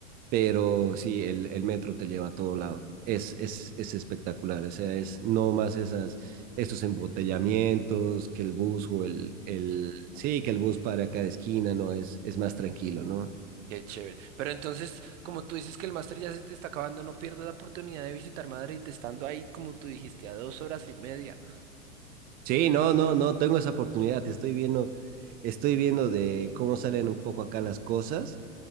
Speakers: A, on the right; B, on the right.
A: pero sí, el, el metro te lleva a todo lado. Es, es, es espectacular, o sea, es no más esas, estos embotellamientos, que el bus o el, el, sí, que el bus para cada esquina, no, es, es más tranquilo, ¿no?
B: Qué chévere. Pero entonces, como tú dices que el máster ya se te está acabando, no pierdas la oportunidad de visitar Madrid, estando ahí, como tú dijiste, a dos horas y media.
A: Sí, no, no, no, tengo esa oportunidad, estoy viendo, estoy viendo de cómo salen un poco acá las cosas